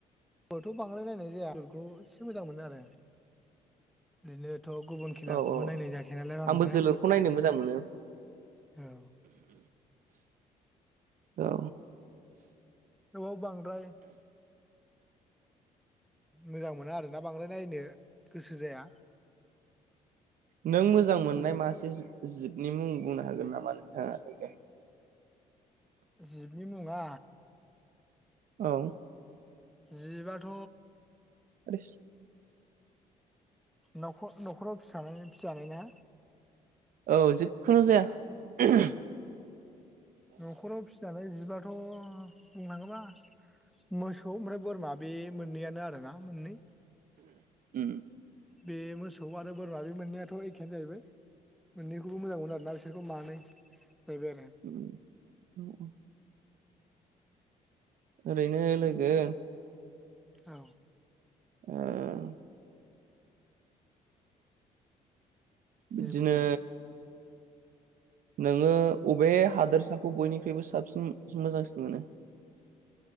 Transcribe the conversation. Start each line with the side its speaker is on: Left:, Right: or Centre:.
Centre: खौथ' बांद्राय नायनाय जाया जोलुरखौ एसे मोजां मोनो आरो ओरैनो थ' गुबुन खेलाखौबो
Right: औ औ
Centre: नायनाय जायाखाया नालाय बांद्राय
Right: आंबो जोलुरखौ नायनो मोजां मोनो
Centre: औ।
Right: औ।
Centre: थेवबाबो बांद्राय मोजां मोना आरोना बांद्राय नायनो गोसो जाया।
Right: नों मोजां मोननाय
Centre: जोलुर
Right: मासे जिब-जिबनि मुं बुंनो हागोन नामा नोंथाङा?
Centre: जिबनि मुङा
Right: औ।
Centre: जिबाथ'
Right: आदै
Centre: न'खर न'खराव फिसानायनि फिजानायना?
Right: औ जिखुनु जाया।
Centre: न'खराव फिजानाय जिबाथ' बुंनांगोबा मोसौ ओमफ्राय बोरमा बे मोननैयानो आरोना मोननै।
Right: उम
Centre: बे मोसौ आरो बोरमा बे मोननैयाथ' एखेयानो जाहैबाय। मोननैखौबो मोजां मोनो आरोना बिसोरखौ मानै जाहैबाय आरो।
Right: उम औ औ। ओरैनो लोगो
Centre: औ।
Right: ओं। बिदिनो
Centre: दे बुंलाय
Right: नोङो अबे हादोरसाखौ बयनिख्रुइबो साबसिन मोजांसिन मोनो?